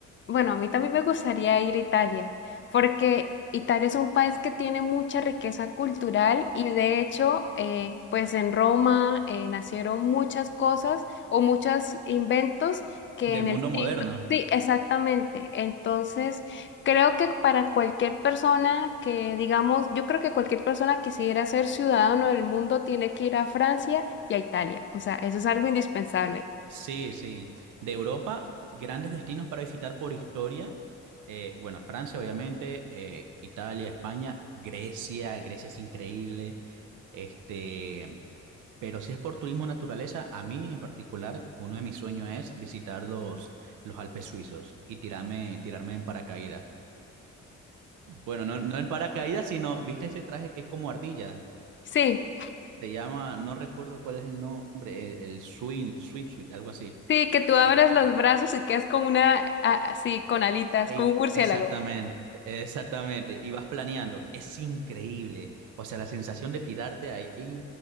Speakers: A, on the left (about 40°); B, on the right (about 80°).
A: bueno, a mí también me gustaría ir a Italia, porque Italia es un país que tiene mucha riqueza cultural y de hecho, eh, pues en Roma eh, nacieron muchas cosas o muchos inventos que
B: Del
A: en
B: mundo
A: el
B: moderno,
A: siglo... Sí, exactamente. Entonces, creo que para cualquier persona que, digamos, yo creo que cualquier persona quisiera ser ciudadano del mundo tiene que ir a Francia y a Italia. O sea, eso es algo indispensable.
B: Sí, sí. De Europa, grandes destinos para visitar por historia. Eh, bueno, Francia, obviamente, eh, Italia, España, Grecia, Grecia es increíble. Este, pero si es por turismo naturaleza, a mí en particular, uno de mis sueños es visitar los, los Alpes suizos y tirarme, tirarme en paracaídas. Bueno, no, no en paracaídas, sino, ¿viste ese traje que es como ardilla?
A: Sí,
B: Te llama, no recuerdo cuál es el nombre, el, el swing, swimsuit, algo así.
A: sí, que tú abres
B: Este,
A: los brazos y quedas como una, a- así, con alitas,
B: Ey,
A: como un murciélago.
B: exactamente, exactamente. Y vas planeando. Es increíble. O sea, la sensación de tirarte ahí y,